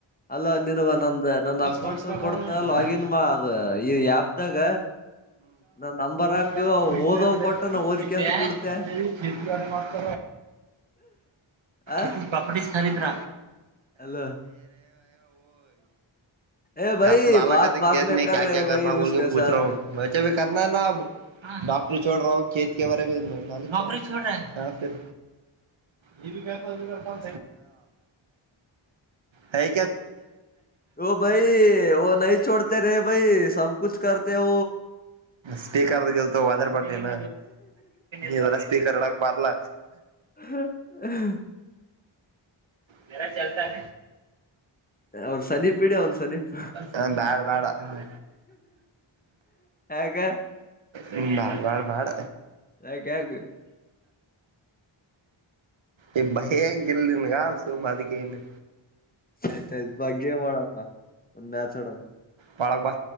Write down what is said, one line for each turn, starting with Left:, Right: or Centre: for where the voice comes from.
Left: ಅಲ್ಲ ನಿನಗ ನಂದ ನನ್ ಅಕೌಂಟ್
Right: ಸಂಸ್ಕ ನಾ
Left: ಕೊಡ್ತ ಲಾಗಿನ್ ಮಾ ಅದ ಈ ಆ್ಯಪ್ದಾಗ ನನ್ ನಂಬರ್ ಹಾಕು
Right: ಕ ಪೈಸ
Left: ಓದವ್
Right: ಹಟೆಲ್
Left: ಕೊಟ್ಟ ನಾ ಓದ್ಕಂತ ಕೂಡ್ತೆ
Right: ಶೇ ಮಾಡ ಮಾಡ್ತ
Left: ಆ
Right: ೇತಿ ಪ್ರಾಪರ್ಟಿ ಹ ನ ರ
Left: ಹಲೋ ಏ ಭೈ
Right: ಕ ತ ಾಲ
Left: ಬಾತ್
Right: ಕತೆ
Left: ಬಾತ್
Right: ಕೇದ
Left: ಮೇ ಕರ್
Right: ಕ
Left: ರೇ
Right: ಕ್ರಾ
Left: ಭೈ
Right: ಬೋಲ್ಕ
Left: ಉಸ್ಕೆ
Right: ಪೂಚ್
Left: ಸಾತ್
Right: ರಾ ಹ ವೆಚೆರ್ನಾ ನಾ ಅಬ್ಾಕ್ ಚೋಡ ರೇತ ಬಾರ ಹ ಹ
Left: ಓ ಭೈ ವ ನ ಚೋಡತೆ ರ ಭೈ ಸಬ್ ಕುಛ ಕತ ಹ
Right: ಸ್ಪೀಕರ್ದ ಗೆಲ್ತವ ಹದಾರ್ ಬರ್ನ ನೀರ ಸ್ಪೀಕರ್ ಹಡಕ್ ಬಾರಲ
Left: ಹ್ಮ ಹ
Right: ಬರ ಚಲ್ತಾನ
Left: ಅವ್ರ ಸನೀಪ್ ಇಡಿ ಅವ್ನ್ ಸನೀಪ್
Right: ಹ ಬ್ಯಾಡ ಬ್ಯಾಡ ಹ್ಮ
Left: ಯಾಕ
Right: ಬ ಬ ಬ್ಯಾಡ
Left: ಯಾಕ ಯಾಕ
Right: ಈ ಭಯಂಗಲ್ನ್ಗ ಸು ಅದಕ್ಕೆೇನು
Left: ಈಯಿತಾ ಐ ಬಗ್ಗೆೇ ಮಾಡಡಮ್ಮ ಒ ಮೆಚಡ
Right: ಬಾ ಹೊಳಗ ಬಾ